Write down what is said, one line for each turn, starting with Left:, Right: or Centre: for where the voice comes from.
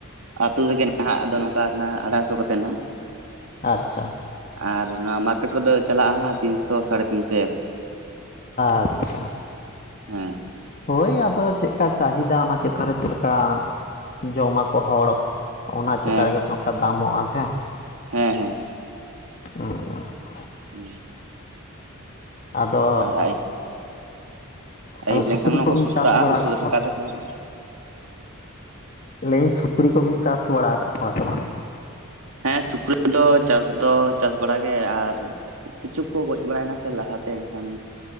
Right: ᱟᱹᱛᱩ ᱨᱮᱜᱮ ᱱᱟᱦᱟᱜ ᱫᱚ ᱱᱚᱝᱠᱟ ᱠᱟᱱᱟ ᱟᱲᱟᱭᱥᱚ ᱠᱟᱛᱮᱫ ᱱᱟᱦᱚᱼᱜ᱾
Left: ᱟᱪᱪᱷᱟ᱾
Right: ᱟᱨ ᱱᱚᱣᱟ ᱢᱟᱨᱠᱮᱴ ᱠᱚᱫᱚ ᱪᱟᱞᱟᱜᱼᱟ ᱦᱟᱸᱜ ᱛᱤᱱᱥᱚ ᱥᱟᱲᱮ ᱛᱤᱱᱥᱚ᱾
Left: ᱟᱪᱪᱷᱟ᱾
Right: ᱦᱮᱸ
Left: ᱦᱳᱭ ᱟᱫᱚ ᱪᱮᱫᱠᱟ ᱪᱟᱦᱤᱫᱟ ᱚᱱᱟ ᱪᱮᱛᱟᱱ ᱨᱮ ᱪᱮᱫ ᱞᱮᱠᱟ ᱡᱚᱢᱟᱠᱚ ᱦᱚᱲ ᱚᱱᱟ ᱪᱮᱛᱟᱱ
Right: ᱦᱮᱸ
Left: ᱨᱮᱜᱮ ᱛᱚ ᱚᱱᱠᱟ ᱫᱟᱢᱚᱜᱼᱟ ᱥᱮ ᱾
Right: ᱦᱮᱸ ᱦᱮᱸ ᱾
Left: ᱩ ᱩ
Right: <unintelligible>
Left: ᱟᱫᱚ
Right: ᱟᱨ ᱟᱭ ᱟᱹᱭᱩᱵ
Left: ᱟᱫᱚ
Right: ᱞᱮᱱᱠᱷᱟᱱ
Left: ᱥᱩᱠᱨᱤ
Right: ᱚᱱᱟ
Left: ᱠᱚᱵᱤᱱ
Right: ᱠᱚ ᱥᱚᱥᱛᱟᱜᱼᱟ
Left: ᱪᱟᱥ ᱵᱟᱲᱟ
Right: ᱫᱩᱥᱚ
Left: ᱟᱠᱟᱜ ᱠᱚᱣᱟ?
Right: ᱴᱟᱠᱟ ᱛᱮ ᱠᱚᱢᱚᱜᱼᱟ
Left: ᱞᱟᱹᱤᱧ ᱥᱩᱠᱨᱤ ᱠᱚᱵᱤᱱ ᱪᱟᱥ ᱵᱟᱲᱟ ᱠᱟᱜ ᱠᱚᱣᱟ ᱥᱮ ᱵᱟᱝ?
Right: ᱦᱮᱸ ᱥᱩᱠᱨᱤ ᱫᱚ ᱪᱟᱥ ᱫᱚ ᱪᱟᱥ ᱵᱟᱲᱟ ᱜᱮ ᱟᱨ ᱠᱤᱪᱷᱩ ᱠᱚ ᱜᱚᱡ ᱵᱟᱲᱟᱭᱱᱟ ᱥᱮ ᱞᱟᱦᱟᱛᱮ ᱮᱱᱠᱷᱟᱱ,